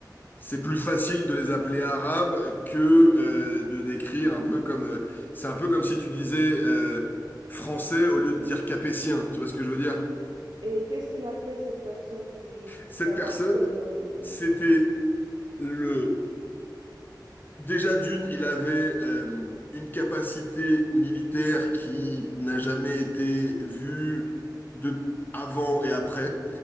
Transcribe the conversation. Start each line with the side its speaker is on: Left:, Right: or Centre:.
Left: c'est plus facile de les appeler arabes que euh, de décrire un peu comme euh, c'est un peu comme si tu disais euh, français au lieu de dire capétien, tu vois ce que je veux dire?
Right: Et qu'est-ce qu'il a fait cette personne qui
Left: Cette
Right: t'a
Left: personne,
Right: marqué dans
Left: c'était le déjà d'une, il avait euh, une capacité militaire qui n'a jamais été vue de avant et après.